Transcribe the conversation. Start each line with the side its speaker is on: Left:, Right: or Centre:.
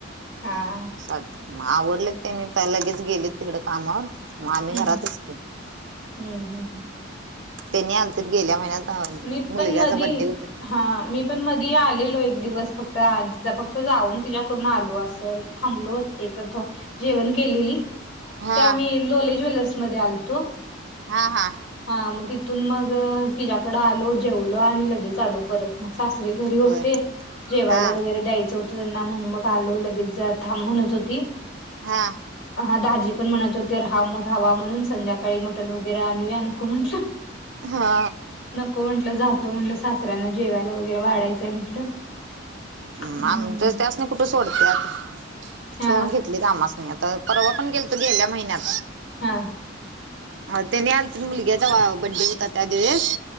Left: हां
Right: चालतय आवडले त्यानी त्या लगेच गेले तिकड कामावर. मग आम्ही
Left: हम्म
Right: घरातच
Left: हम्म
Right: के
Left: हम्म हम्म
Right: त्यांनी आलत गेल्या महिन्यात. अ
Left: मी
Right: मुलग्याचा
Left: पण मधी
Right: बड्डे होत.
Left: हा मी पण मधी आलेलो एक दिवस फक्त फक्त जाऊन तिच्याकडून आलो असल. थांबलो एकतो जेवण केलेली
Right: हा
Left: ते आम्ही लोले ज्वेलर्समध्येध्ये आलतो.
Right: हा हा.
Left: हा मग तिथून मग तिच्या्याकडे आलो जेवल आणि लगेच आलो परत. मग सासरे घरी होते
Right: होय
Left: जेवायला
Right: हा
Left: वगैरे द्यायचं हो त्यांना म्हण मग आलो लगेच थांब म्हणत होती
Right: हा
Left: हा दाजी पण म्हणत होते राहा राहावा म्हणून संध्याकाळी मटन वगैरे आणूया नको म्हंटलं.
Right: हा.
Left: नको म्हटलं जातो म्हटलं सासऱ्यांना जेवायला वगैरे वाढायचंय म्हंटलं. हम्म
Right: हम आमच्या त्यास नाही कुठे सोडते आत
Left: हा
Right: ठेवून घेत- काम अस नाही आता परवा पण गेल तू गेल्या महिन्यात.
Left: हा.
Right: अ तेनी आलत मुलग्याचा बड्डे होता त्या दिवस.